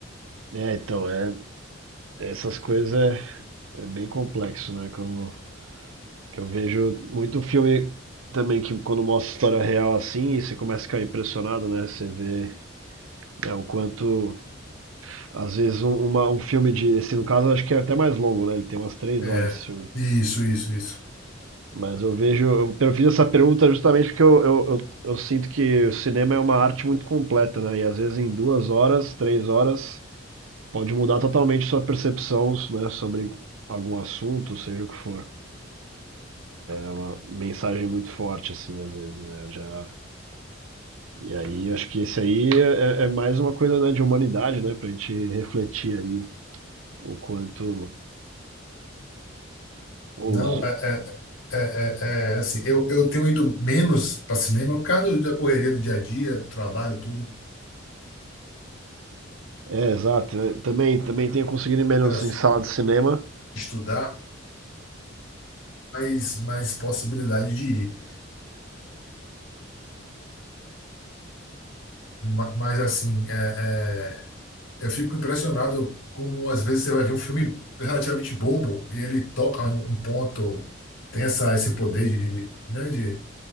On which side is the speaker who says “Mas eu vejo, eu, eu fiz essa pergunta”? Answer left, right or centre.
Right